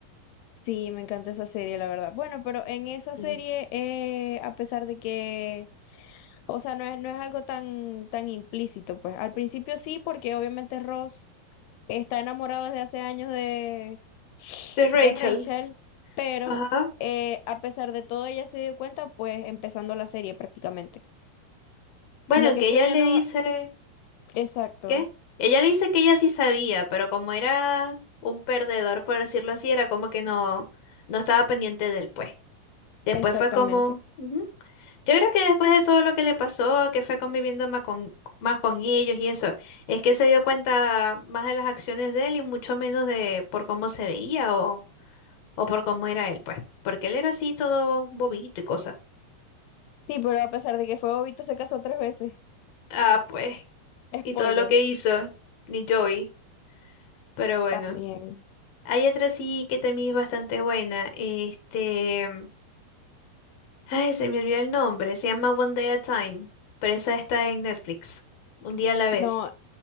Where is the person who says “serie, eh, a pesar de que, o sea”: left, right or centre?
Left